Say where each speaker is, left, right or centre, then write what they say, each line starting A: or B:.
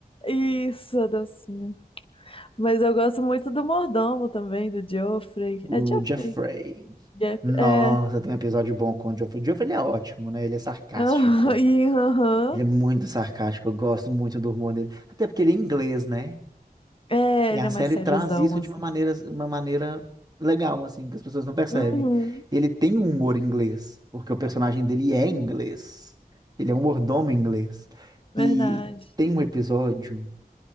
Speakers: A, on the left; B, on the right.
A: Isso, a dancinha. Mas eu gosto muito do mordomo também, do Geoffrey.
B: O
A: É Geoffrey?
B: Jeffrey.
A: Jeff-
B: Nossa,
A: É. <laughs>
B: tem um episódio bom com o Jeffrey. O Jeffrey ele é ótimo, né? Ele é sarcástico.
A: Aham, E aham.
B: Ele é muito sarcástico. Eu gosto muito do humor dele. Até porque ele é inglês, né?
A: É,
B: E
A: ele
B: a
A: é
B: série
A: mais sériozão,
B: traz isso
A: assim.
B: de uma maneira, uma maneira legal, assim, que as pessoas não percebem.
A: Uhum.
B: Ele tem um humor inglês, porque o personagem dele é
A: Hum,
B: inglês. Ele é um mordomo inglês. E
A: Verdade.
B: tem um episódio